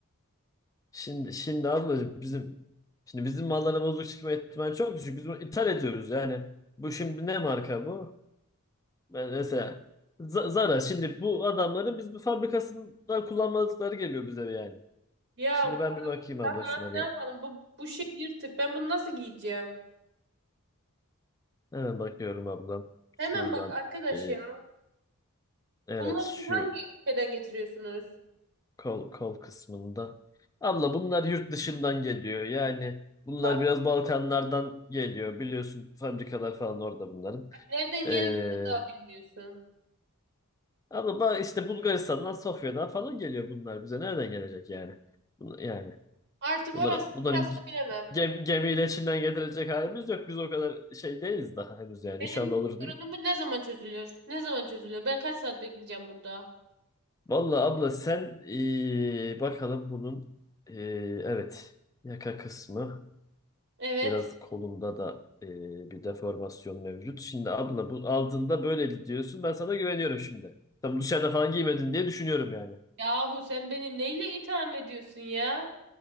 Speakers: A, on the left; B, on the right.
A: şimdi şimdi ablacığım bizim şimdi bizim mallara bozuk çıkma ihtimali çok düşük. Biz bunu ithal ediyoruz yani. Bu şimdi ne marka bu? Ben mesela Z- Zara şimdi bu adamların biz bu fabrikasında kullanmadıkları geliyor bize yani.
B: ya
A: Şimdi ben bir bakayım
B: tamam
A: abla şuna
B: ne
A: bir.
B: yapalım? Bu bu şey yırtık. Ben bunu nasıl giyeceğim?
A: Hemen bakıyorum ablam.
B: Hemen
A: Şuradan.
B: bak arkadaş
A: e,
B: ya.
A: evet
B: Bunları
A: şu
B: siz hangi ülkeden getiriyorsunuz?
A: Kol, kol kısmında. Abla bunlar yurt dışından geliyor. Yani bunlar
B: Bak
A: biraz Balkanlardan geliyor. Biliyorsun fabrikalar falan orada bunların.
B: nereden
A: Ee,
B: geldiğini daha bilmiyorsun.
A: abla ba- işte Bulgaristan'dan, Sofya'dan falan geliyor bunlar bize. Nereden gelecek yani? Bun- Yani
B: Artık orası
A: bunları, bunları
B: burası
A: gi-
B: bilemem.
A: gem, gemiyle Çin'den getirecek halimiz yok. Biz o kadar şey değiliz daha henüz yani.
B: Benim
A: İnşallah olur
B: sorunum
A: bir gün.
B: ne zaman çözülür? Ne zaman çözülüyor? Ben kaç saat bekleyeceğim burada?
A: Vallahi abla sen ee, bakalım bunun ee, evet yaka kısmı.
B: Evet.
A: Biraz kolumda da e, bir deformasyon mevcut. Şimdi abla bu altında böyle diyorsun. Ben sana güveniyorum şimdi. Tam dışarıda falan giymedin diye düşünüyorum yani.
B: Yahu sen beni neyle itham ediyorsun ya?